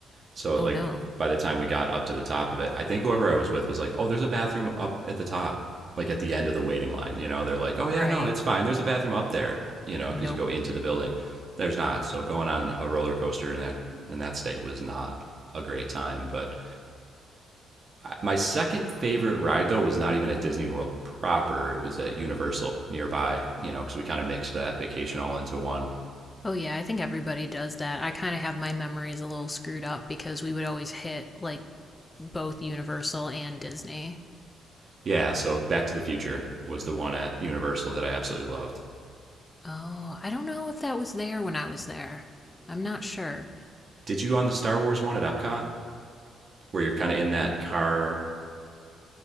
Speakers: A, on the right; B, on the left.
A: So
B: Oh
A: like
B: no.
A: by the time we got up to the top of it, I think whoever I was with was like, "Oh, there's a bathroom up at the top." Like at the end of the waiting line, you know, they're like, "Oh yeah,
B: Right.
A: no, it's fine. There's a bathroom up there," you know, because
B: Nope.
A: you go into the building. There's not. So going on a roller coaster in that in that state was not a great time. But my second favorite ride though was not even at Disney World proper. It was at Universal nearby, you know, because we kind of mixed that vacation all into one.
B: Oh, yeah, I think everybody does that. I kind of have my memories a little screwed up because we would always hit, like, both Universal and Disney.
A: Yeah, so Back to the Future was the one at Universal that I absolutely loved.
B: Oh, I don't know if that was there when I was there. I'm not sure.
A: Did you on the Star Wars one at Epcot, where you're kind of in that car?